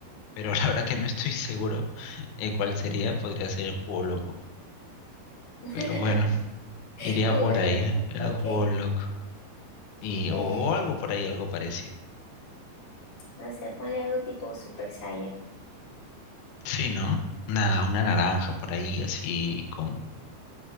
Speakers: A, on the left; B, on the left.
A: Pero <laughs> la verdad que no estoy seguro eh, cuál sería. Podría ser el juego loco,
B: <laughs>
A: pero bueno, iría
B: Jugo
A: por
B: loco,
A: ahí, el
B: ok.
A: juego loco. Y,
B: Eh,
A: o, o algo por ahí, algo parecido.
B: no sé, ponle algo tipo Super Saiya,
A: Sí, ¿no? Una, una naranja por ahí, así con